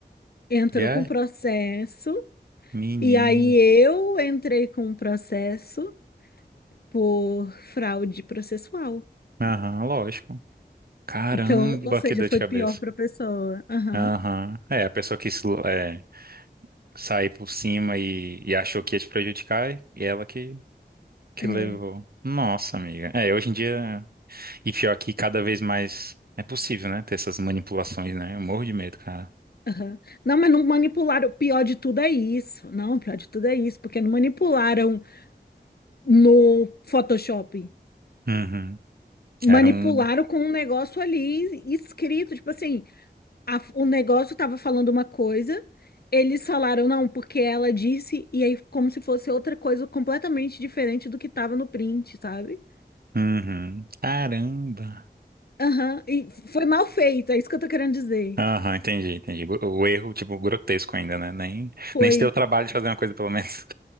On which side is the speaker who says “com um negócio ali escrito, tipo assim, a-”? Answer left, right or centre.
Left